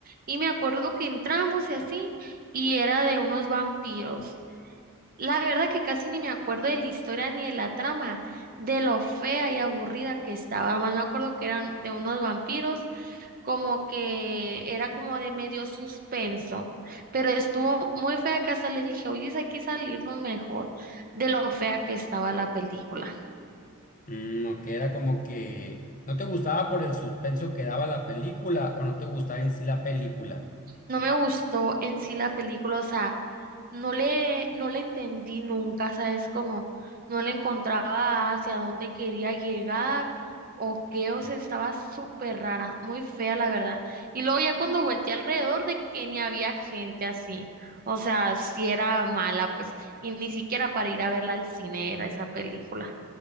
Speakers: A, on the right; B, on the left.
A: Y me acuerdo que entramos y así y era de unos vampiros. La verdad que casi ni me acuerdo de la historia ni de la trama, de lo fea y aburrida que estaba. Más me acuerdo que eran de unos vampiros, como que era como de medio suspenso, pero estuvo muy fea que hasta le dije, oye, hay que salirnos mejor de lo fea que estaba la película.
B: Mm, que era como que no te gustaba por el suspenso que daba la película o no te gustaba en sí la película.
A: No me gustó en sí la película, o sea, no le, no le entendí nunca, ¿sabes? Como no le encontraba hacia dónde quería llegar o qué, o sea, estaba súper rara, muy fea, la verdad. Y luego ya cuando volteé alrededor de que ni había gente así, o sea, si era mala, pues, y ni siquiera para ir a verla al cine era esa película.